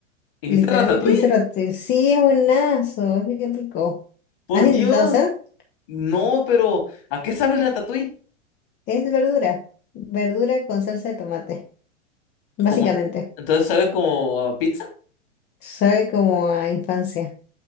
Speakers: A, on the left (about 50°); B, on the left (about 30°).
A: ¿hiciste
B: Literalmente
A: ratatouille?
B: hice ratatouille. Sí, es buenazo, es bien rico.
A: Por
B: ¿Has intentado
A: Dios,
B: hacer?
A: no, pero ¿a qué sabe el ratatouille?
B: Es verdura. Verdura con salsa de tomate, básicamente.
A: Como, entonces sabe como a pizza.
B: Sabe como a infancia.